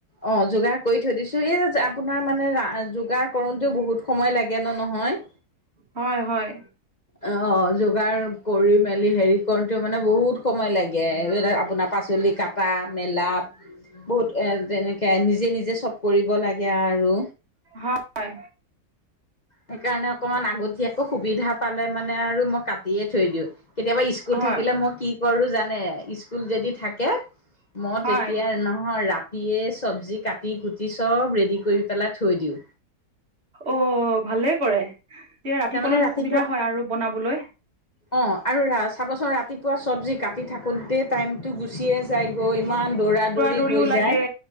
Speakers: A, on the left (about 30°); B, on the right (about 40°).
A: অঁ যোগাৰ কৰি থৈ দিছো, এই যে আপোনাৰ মানে আ যোগাৰ কৰোঁতেও বহুত সময় লাগে ন নহয়।
B: হয় হয়।
A: অ যোগাৰ কৰি মেলি হেৰি কৰোতেও মানে বহুত সময় লাগে এ এ আপোনাৰ পাচলি কাটা মেলাপ বহুত এ যেনেকে নিজে নিজে চব কৰিব লাগে আৰু।
B: হয়।
A: সেইকাৰণে অকমান আগতিয়াকো সুবিধা পালে মানে আৰু মক কাতিয়ে থৈ দিও কেতিয়াবা স্কুল
B: হয়
A: থাকিলে মই কি কৰো জানে ইচ স্কুল যদি থাকে মই
B: হয়
A: তেতিয়াই নহয় ৰাতিয়ে চব্জি কাটি কুটি চব ৰেডি কৰি পেলাই থৈ দিও।
B: অ ভালেই কৰে তেতিয়া ৰাতিপুৱালে
A: তাৰমানে
B: ধৰ
A: ৰাতিপুৱা
B: সুবিধা হয় আৰু বনাবলৈ।
A: অ আৰু ৰা চাবাচোন ৰাতিপুৱা চব্জি কা টি থাকোতেই টাইমতো গুচিয়ে যায়গৈ ইমান দৌৰা দৌৰি
B: দৌৰিও
A: হৈ যায়।
B: লাগে